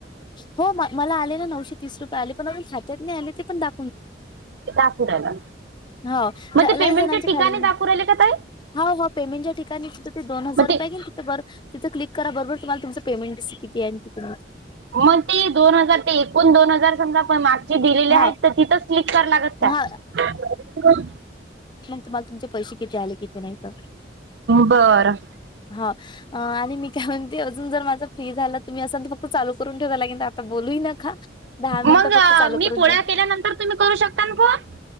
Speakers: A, on the left; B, on the right.
A: हो मला आलेला नऊशे तीस रुपय आले पण अजून खात्यात नाही आले ते पणा
B: दाखवू राहिला
A: रा होा
B: मग ते
A: लई
B: पेमेंटच्या
A: जणांची
B: ठिकाणी
A: खाली
B: दाखवू राहिले का ताई
A: होा हो पेमेट ठिकाणी तिथं ते दो हजार
B: मग
A: रुपयेन
B: ते
A: ति तिथं क्लिक करा बरोबर. तुम्हाला तुमचा पेमेंट दिसतं किती हाय किती नाही ते.
B: मग ते दोन हजार ते एकूण दोन हजार समजा पण माग दिलेली
A: हा
B: आहेत तिथच स्लिक क लागत का?
A: हा तर मला तुमचे पैसे किती आले किती नाही तर
B: बरं.
A: हा. अ आणि मी काय म्हणते अजून जर माझा फी झाला तुम्ही असाल तर फक्त चालू करून ठेवा लागेल आता बोलू न का. दहा मिनिटं
B: मग
A: फक्त चालू
B: मी
A: करून
B: पोळ्या केल्यानंतर तुम्ही करू शकता ना फोन?